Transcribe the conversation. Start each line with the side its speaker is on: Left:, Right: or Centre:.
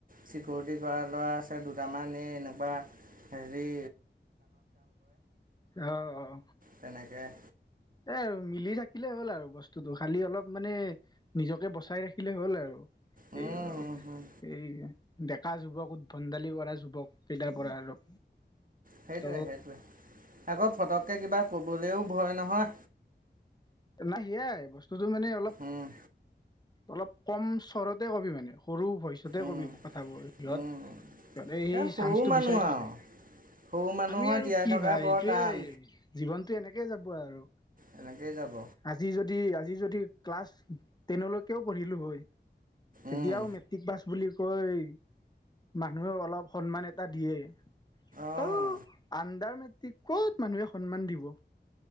Right: চিকিৰিটি কৰা ল'ৰা আছে দুটামান এই এনেকুৱা হজৰি
Left: আহ আহ
Right: তেনেকৈ
Left: এ আৰু মিলি থাকিলে হ'ল আৰু বস্তুটো খালি অলপ মানে নিজকে বচাই ৰাখিলে হ'ল আৰু
Right: উম
Left: এই
Right: হুম হুম
Left: এই ডেকা যুৱক উদ্ভণ্ডালি কৰা যুৱক কেইটাৰ পৰা আৰু
Right: সেইটোৱে
Left: ত'
Right: সেইটোৱে আকৌ ফটককৈ কিবা ক'বলৈও ভয় নহয়
Left: নাই সেয়াই বস্তুটো মানে অলপ
Right: উম
Left: অলপ কম চৰতে কবি মানে সৰু ভইচতে
Right: উম
Left: কবি কথাবোৰ সিহত
Right: উম
Left: সিহঁত সেই
Right: এ সৰু
Left: চান্সটো
Right: মানুহ
Left: বিচাৰি থাকে
Right: আৰু সৰু মানুহৰ
Left: আমি আৰু
Right: জীয়াই
Left: কি
Right: থকা
Left: ভাই
Right: বৰ
Left: এইটোয়ে
Right: টান
Left: জীৱনটো এনেকে যাব আৰু
Right: এনেকেই যাব
Left: আজি যদি আজি যদি ক্লাছ টেনলৈকেও পঢ়িলো হয় তেতিয়াও
Right: উম
Left: মেট্ৰিক পাছ বুলি কৈ মানুহে অলপ সন্মান এটা দিয়ে
Right: অঁ
Left: অ আণ্ডাৰ মেট্ৰিক ক'ত মানুহে সন্মান দিব